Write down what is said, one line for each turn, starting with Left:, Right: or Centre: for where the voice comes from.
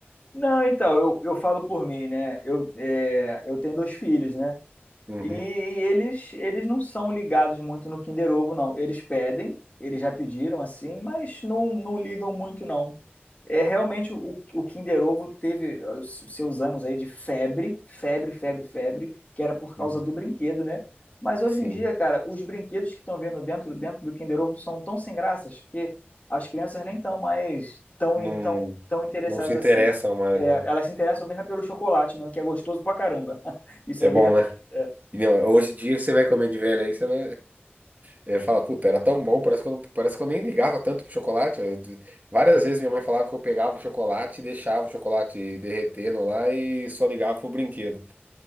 Left: Não, então, eu, eu falo por mim, né? Eu, é, eu tenho dois filhos, né?
Right: Uhum,
Left: E, eles, eles não são ligados muito no Kinder Ovo, não. Eles pedem, eles já pediram assim, mas não, não ligam muito, não. É realmente o, o Kinder Ovo teve os seus anos aí de febre, febre, febre, febre, que era por causa
Right: uhum,
Left: do brinquedo, né? Mas hoje
Right: sim.
Left: em dia, cara, os brinquedos que estão vendo dentro, dentro do Kinder Ovo são tão sem graças que as crianças nem estão mais tão,
Right: Não,
Left: in- tão, tão interessadas
Right: não se
Left: assim.
Right: interessam mais,
Left: É,
Right: né?
Left: elas se interessam mesmo é pelo chocolate, mesmo, que é gostoso pra caramba. <laughs> Isso
Right: É
Left: é
Right: bom,
Left: verdade.
Right: né?
Left: é.
Right: E, não, hoje em dia que você vai comer de velho aí, você não. Eu falo, puta, era tão bom, parece que eu, não- parece que eu nem ligava tanto pro chocolate. Eu- várias vezes minha mãe falava que eu pegava o chocolate e deixava o chocolate derretendo lá e só ligava pro brinquedo.